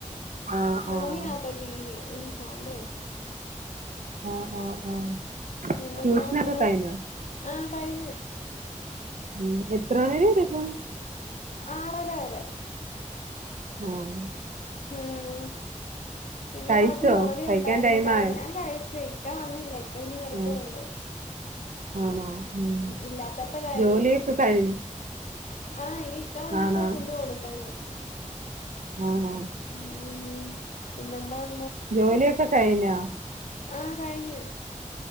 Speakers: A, on the right (about 75°); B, on the left (about 70°).
A: ആഹ് ആഹ്
B: റൂമിനാത്ത ടിവി ആ സൗണ്ട് കേക്ക
A: ആഹ് ആഹ് ആഹ്
B: പിന്നെന്തോണ്ട്
A: ട്യൂഷനൊക്കെ കഴിഞ്ഞോ
B: ആഹ് കഴിഞ്ഞ്
A: ഉം എൽ ത്രവേണേലും തേക്കും
B: ആറര വരെ
A: ആഹ്
B: ഉം പിന്നെ
A: കഴിച്ചോ
B: കൊറച്ചു ജോലി
A: കഴിക്കാൻ
B: ഇണ്ടായിരുന്നു
A: ടൈം ആയോ
B: ഞാൻ കഴിച് ഇക്ക വന്നില്ല ഇക്ക ഇനി വരത്തേഉള്ളു
A: ആഹ് ആണോ ഉം
B: ഇല്ലാത്തപ്പോ വരും
A: ജോലിയൊക്കെ
B: പിന്ന
A: കഴിഞ്ഞു
B: ആഹ് ഇനി ഇക്ക വന്നിട്ട്
A: ആണോ
B: ഫുഡ് കൊടുക്കണം <unintelligible>
A: ആണോ
B: ഉം പിന്നെന്താണ്
A: ജോലിയൊക്കെ കഴിഞ്ഞൊ
B: ആഹ് കഴിഞ്ഞു